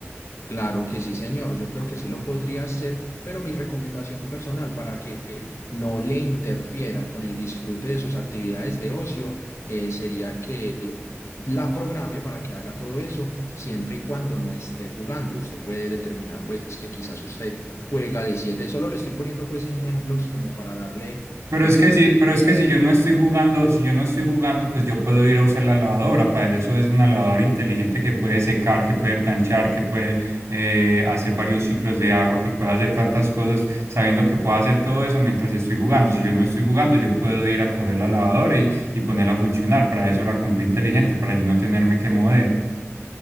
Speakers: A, on the left; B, on the right.
A: Claro que sí, señor. Yo creo que sí lo podría hacer, pero mi recomendación personal para que no le interfiera con el disfrute de sus actividades de ocio eh, sería que la programe para que haga todo eso siempre y cuando no esté jugando. Usted puede determinar pues que quizás usted juega de siete. Solo le estoy poniendo pues ejemplos como para darle
B: Pero
A: eh,
B: es que si, pero es que si yo no estoy jugando, si yo no estoy jugando, pues yo puedo ir a usar la lavadora. Para eso es una lavadora inteligente que puede secar, que puede planchar, que puede eh, hacer varios ciclos de agua, que puede hacer tantas cosas, sabiendo que puedo hacer todo eso mientras estoy jugando. Si yo no estoy jugando, yo puedo ir a coger la lavadora y, y ponerla a funcionar. Para eso la compré inteligente, para yo no tenerme que mover.